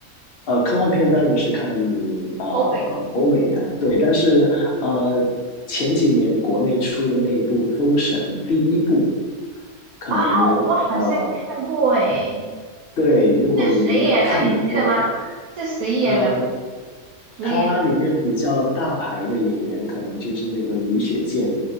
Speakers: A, on the left; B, on the right.
A: 呃，科幻片当然是看啊呃欧美的，
B: 欧美
A: 对，但是呃前几年国内出了那一部《封神》第一部，可能
B: 啊，我好像看过哎，
A: 呃对，如果你没有看你我
B: 是谁演的？你记得吗？是谁演的？
A: 呃，
B: 主演？
A: 它里面比较大牌的演员可能就是那个李雪健，